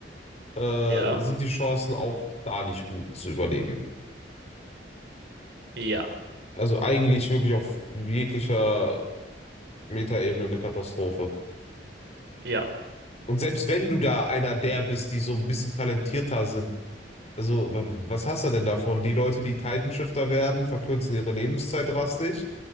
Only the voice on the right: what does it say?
ja,
ja,
ja,